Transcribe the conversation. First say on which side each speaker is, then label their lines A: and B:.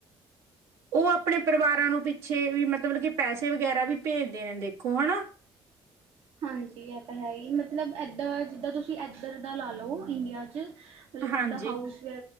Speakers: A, on the right; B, on the right.
A: ਓ ਅਪਣੇ ਪਰਵਾਰਾਂ ਨੂੰ ਪਿੱਛੇ, ਵੀ ਮਤਲਬ ਕਿ ਪੈਸੇ ਵਗੈਰਾ ਵੀ ਭੇਜਦੇ ਨੇਂ ਦੇਖੋ ਹਣਾਂ।
B: ਹਾਂਜੀ ਐ ਤਾਂ ਹੈ ਈ ਮਤਲਬ ਏਦਾਂ, ਜਿੱਦਾ ਤੁਸੀ ਐਦਰ ਦਾ ਲਾ ਲੋ ਇੰਡੀਆ 'ਚ ਮਤਲਬ
A: ਹਾਂਜੀ
B: ਜਿੱਦਾਂ ਹਾਊਸ ਵੇ